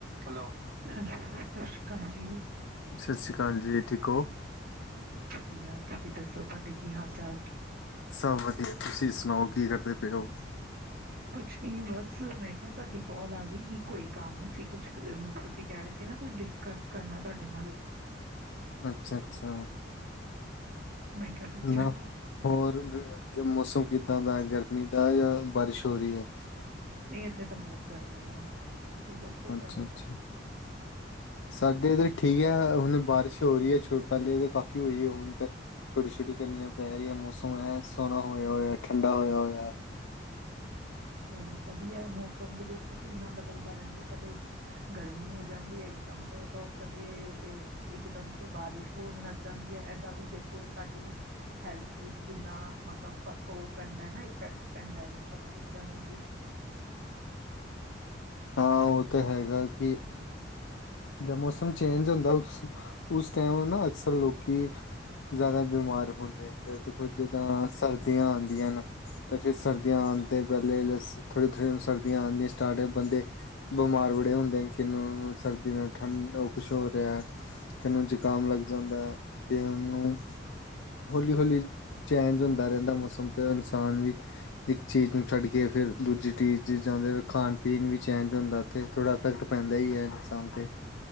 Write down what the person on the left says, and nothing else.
ਸਤਿ ਸ਼੍ਰੀ ਅਕਾਲ ਜੀ ਠੀਕ ਹੋ।
ਸਭ ਵਧੀਆ ਤੁਸੀਂ ਸੁਣਾਓ ਕੀ ਕਰਦੇ ਪਏ ਹੋ।
ਅੱਛਾ ਅੱਛਾ।
ਨਾ
ਹੋਰ ਮੌਸਮ ਕਿੱਦਾਂ ਦਾ ਗਰਮੀ ਦਾ ਜਾਂ ਬਾਰਿਸ਼ ਹੋ ਰਹੀ ਹੈ।
ਅੱਛਾ ਅੱਛਾ, ਸਾਡੇ ਇਧਰ ਠੀਕ ਹੈ ਹੁਣ ਬਾਰਿਸ਼ ਹੋ ਰਹੀ ਹੈ ਪਹਿਲੇ ਤਾਂ ਕਾਫ਼ੀ ਹੋਈ ਹੁਣ ਤੇ ਛੋਟੀ ਛੋਟੀ ਕਰਨੀੀਆਂ ਪੈ ਰਹੀਆਂ ਮੌਸਮ ਹੈ ਸੋਹਣਾ ਹੋਇਆ ਹੋਇਆ ਠੰਡਾ ਹੋਇਆ ਹੋਇਆ।
ਹਾਂ ਉਹ ਤਾਂ ਹੈਗਾ ਕਿ। ਜਦ ਮੌਸਮ ਚੇਂਜ ਹੁੰਦਾ ਉਸ ਟਾਈਮ ਨਾ ਅਕਸਰ ਲੋਕ ਕਿ ਜ਼ਿਆਦਾ ਬਿਮਾਰ ਹੁੰਦੇ ਨੇ ਦੇਖੋ ਜਿੱਦਾਂ ਸਰਦੀਆਂ ਆਉਂਦੀਆਂ ਹਨ। ਫਿਰ ਸਰਦੀਆਂ ਆਂਦੇ ਪਹਿ ਥੜੀ ਥੜੀਆਂ ਸਰਦੀਆਂ ਆਉਂਆਂ ਸਟਾਰਟ ਬੰਦੇ। ਬਿਮਾਰ ਬੜੇ ਹੁੰਦੇ ਨੇ ਕਿਨੂੰ ਸਰਦੀ ਨਾਲ ਠੰਡ ਉਹ ਕੁਛ ਹੋ ਰਿਹਾ। ਕਿਨੂੰ ਜ਼ੁਕਾਮ ਲੱਗ ਜਾਂਦਾ ਹੈ ਕਿ ਉਹਨੂੰ ਹੌਲੀ ਹੌਲੀ ਚੇਂਜ ਹੁੰਦਾ ਰਹਿੰਦਾ ਮੌਸਮ ਤੇ ਇਨਸਾਨ ਵੀ। ਇੱਕ ਚੀਜ਼ ਨੂੰ ਛੱਡ ਕੇ ਫਿਰ ਦੂਜੀ ਚੀਜ਼ ਚਾਹਦੇ ਖਾਣ ਪੀਣ ਵੀ ਚੇਂਜ ਹੁੰਦਾ। ਤੇ ਥੋੜ੍ਹਾ ਇਫੈਕਟ ਪੈਂਦਾ ਹੀ ਹੈ ਇਨਸਾਨ ਤੇ।